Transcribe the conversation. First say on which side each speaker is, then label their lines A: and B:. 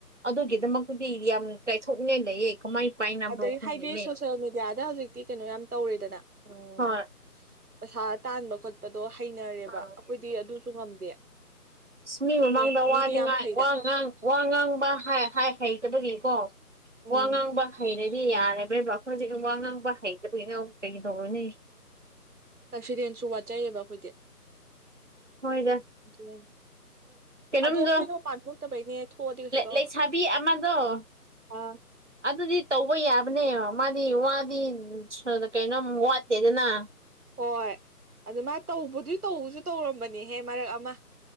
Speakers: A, on the right; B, on the right.
A: ꯑꯗꯨꯒꯤꯗꯃꯛꯇꯗꯤ ꯌꯥꯝ ꯇꯥꯏꯊꯣꯛꯅꯤꯡꯉꯥꯏ ꯂꯩꯌꯦ ꯀꯃꯥꯏ ꯄꯥꯏꯅꯕ꯭ꯔꯣ
B: ꯑꯗꯩ
A: ꯈꯪꯗꯦꯅꯦ
B: ꯍꯥꯏꯗꯤ ꯁꯣꯁꯦꯜ ꯃꯦꯗꯤꯌꯥꯗ ꯍꯧꯖꯤꯛꯇꯤ ꯀꯩꯅꯣ ꯌꯥꯝ ꯇꯧꯔꯦꯗꯅ ꯎꯝ
A: ꯍꯣꯏ
B: ꯄꯩꯁꯥ ꯇꯥꯟꯕ ꯈꯣꯠꯄꯗꯣ ꯍꯩꯅꯔꯦꯕ
A: ꯑꯥ
B: ꯑꯩꯈꯣꯏꯗꯤ ꯑꯗꯨꯁꯨ ꯉꯝꯗꯦ꯫
A: ꯑ ꯃꯤ
B: ꯈꯪꯗꯦ
A: ꯃꯃꯥꯡꯗ
B: ꯃꯤꯗꯤ
A: ꯋꯥꯅꯤꯡꯉꯥꯏ
B: ꯌꯥꯝ ꯐꯩꯗ
A: ꯋꯥ ꯉꯥꯡ ꯋꯥ ꯉꯥꯡꯕ ꯍꯩꯇꯕꯒꯤꯀꯣ
B: ꯎꯝ
A: ꯋꯥ ꯉꯥꯡꯕ ꯍꯩꯔꯗꯤ ꯌꯥꯔꯦꯕꯦꯕ ꯑꯈꯣꯏꯗꯤ ꯋꯥ ꯉꯥꯡꯕ ꯍꯩꯇꯕꯒꯤꯉꯧ ꯀꯩꯗꯧꯔꯨꯅꯤ꯫
B: ꯀꯟꯐꯤꯗꯦꯟꯁꯁꯨ ꯋꯥꯠꯆꯩꯌꯦꯕ ꯑꯩꯈꯣꯏꯗꯤ
A: ꯍꯣꯏꯗ
B: ꯑꯗꯨꯅꯤ꯫
A: ꯀꯩꯅꯣꯝꯗꯣ
B: ꯑꯗꯣ ꯑꯩꯈꯣꯏꯅ ꯃꯄꯥꯟ ꯊꯣꯛꯇꯕꯩꯅꯦ ꯊꯣꯛꯑꯗꯤ ꯀꯩꯁꯨ ꯇꯥꯎꯔꯣꯏ꯫
A: ꯂꯩꯁꯥꯕꯤ ꯑꯃꯗꯣ
B: ꯑꯥ
A: ꯑꯗꯨꯗꯤ ꯇꯧꯕ ꯌꯥꯕꯅꯦ ꯃꯥꯗꯤ ꯋꯥꯗꯤ ꯀꯩꯅꯣꯝ ꯋꯥꯠꯇꯦꯗꯅ
B: ꯍꯣꯏ ꯑꯗꯨ ꯃꯥ ꯇꯧꯕꯗꯨ ꯇꯧꯕꯁꯨ ꯇꯧꯔꯝꯕꯅꯤꯍꯦ ꯃꯔꯛ ꯑꯃ